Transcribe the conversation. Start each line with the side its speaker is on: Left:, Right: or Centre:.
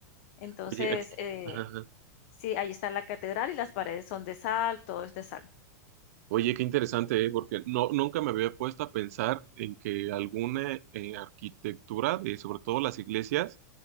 Left: Entonces,
Right: Oye, aquí,
Left: eh,
Right: ajá, ajá.
Left: sí, ahí está la catedral y las paredes son de sal, todo es de sal.
Right: Oye, qué interesante, ¿eh? Porque no, nunca me había puesto a pensar en que alguna eh, arquitectura, de, sobre todo las iglesias,